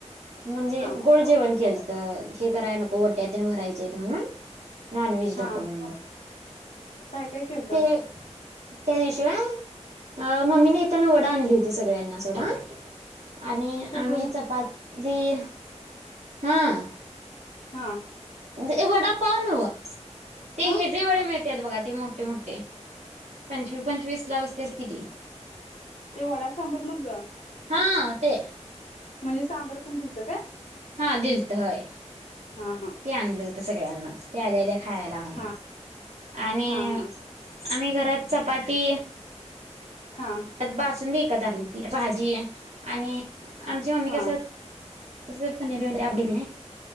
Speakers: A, on the right; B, on the left.
A: म्हणजे
B: हा
A: गोड जेवण केल तर हे कराय नको वट्या तेन भरायचे आहेत म्हणून नॉन व्हेज
B: हा
A: नको म्हणलं
B: काय काय केलतासा
A: ते त्या दिवशी ना मम्मीने येताना वडा आणली होती सगळ्यांसाठी सोडा आणि
B: कसलं
A: आम्ही चपाती हां
B: हां
A: ते वडा पाव नव्ह ते
B: हा
A: हे जे वडे मिळतात बघा ते मोठे मोठे पंचवी पंचवीस लाव असते ती
B: ते वडा सांबर मधलं
A: हा ते
B: म्हणजे सांबर पण दिलतं काय
A: हा दिलत होय
B: हा
A: ते आणलं होत सगळ्यांनाच ते आलेल्या खायला
B: हा
A: म्हण आणि
B: हा हा
A: आम्ही घरात चपाती
B: हा
A: त बासुंदी विकत आणली होती भाजी आणि आमची मम्मी
B: हा
A: कसं मी म्हणल मला पनीर आवडत नाही